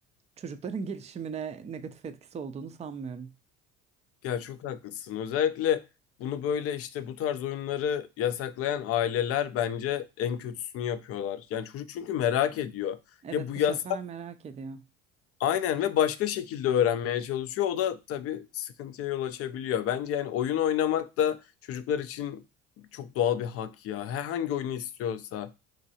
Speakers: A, on the right (about 20°); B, on the left (about 45°).
A: çocukların <laughs> gelişimine negatif etkisi olduğunu sanmıyorum.
B: ya çok haklısın. Özellikle bunu böyle işte bu tarz oyunları yasaklayan aileler bence en kötüsünü yapıyorlar. Yani çocuk çünkü merak ediyor.
A: Evet
B: Ya bu
A: bu
B: yaz
A: sefer merak ediyor.
B: Aynen ve başka şekilde öğrenmeye çalışıyor. O da tabii sıkıntıya yol açabiliyor. Bence yani oyun oynamak da çocuklar için çok doğal bir hak ya. Herhangi oyunu istiyorsa.